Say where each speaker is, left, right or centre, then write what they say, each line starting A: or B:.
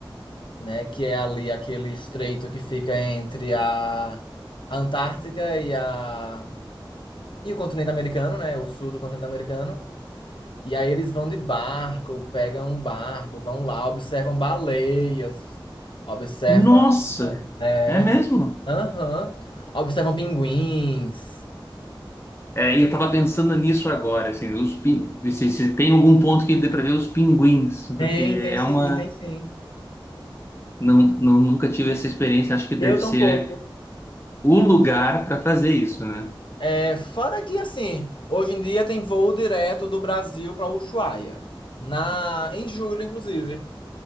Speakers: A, on the left; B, on the left.
A: né, que é ali aquele estreito que fica entre a, a Antártica e a e o continente americano, né, o sul do continente americano. E aí eles vão de barco, pegam um barco, vão lá, observam baleias, observam,
B: Nossa,
A: é,
B: é mesmo?
A: aham, observam pinguins.
B: É, e eu tava pensando nisso agora, assim, os pin- se, se tem algum ponto que dê pra ver os pinguins,
A: Tem,
B: porque
A: tem
B: é
A: sim,
B: uma
A: tem sim.
B: não, não nunca tive essa experiência, acho que deve
A: Eu tampouco.
B: ser o lugar pra fazer isso, né?
A: É, fora que assim, hoje em dia tem voo direto do Brasil para Ushuaia. Na, em julho, inclusive.